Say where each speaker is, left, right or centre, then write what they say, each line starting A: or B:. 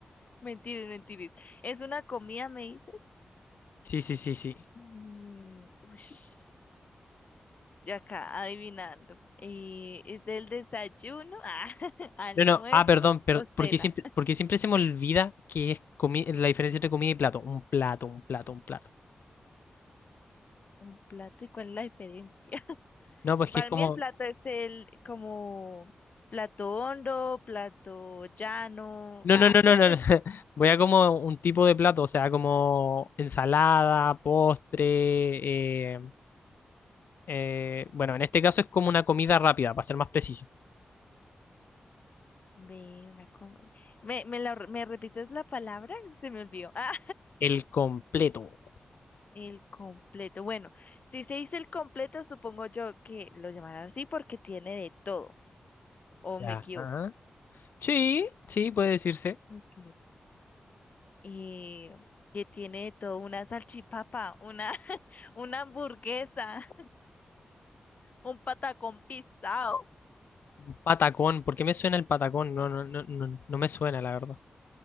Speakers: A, on the left; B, on the left.
A: mentiras, mentiras. ¿Es una comida, me dices?
B: Sí, sí, sí, sí.
A: Mm, ush, ya acá, adivinando. Eh, ¿es el desayuno, <laughs> ah, almuerzo
B: No, no, ah, perdón, per-
A: o
B: porque
A: cena?
B: siempre, porque siempre se me olvida que es comi- la diferencia entre comida y plato. Un plato, un plato, un plato.
A: Un plato, ¿y cuál es la diferencia?
B: No, pues
A: Para
B: que es como,
A: mí el plato es el como plato hondo, plato llano.
B: no,
A: Ah,
B: no, no, no,
A: <laughs>
B: no, no. <laughs> Voy a como un tipo de plato, o sea, como ensalada, postre, eh, eh, bueno, en este caso es como una comida rápida, para ser más preciso.
A: ve una come. ¿Me, me, la, me repites la palabra? Se me olvidó. <laughs> Ah,
B: El completo.
A: el completo. Bueno, si se dice el completo, supongo yo que lo llamarán así porque tiene de todo. ¿O
B: Ya.
A: me equivoco?
B: Ajá. Sí, sí, puede decirse.
A: Ok. Y que tiene de todo una salchipapa, una, <laughs> una hamburguesa, un patacón pisado.
B: Un patacón, ¿por qué me suena el patacón? No, no, no, no, no me suena, la verdad.